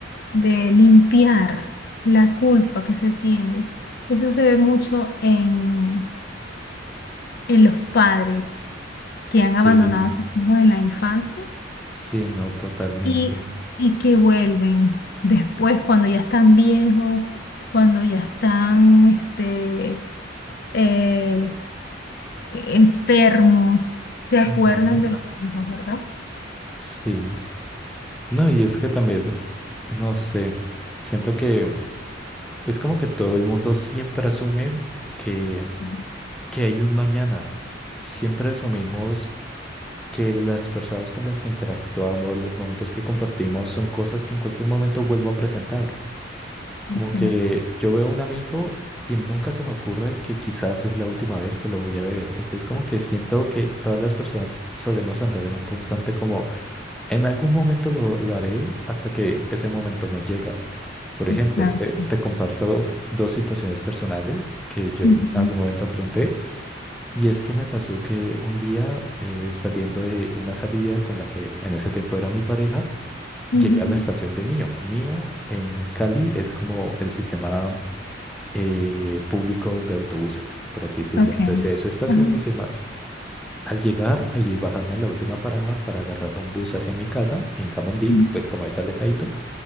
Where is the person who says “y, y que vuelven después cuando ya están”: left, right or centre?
Left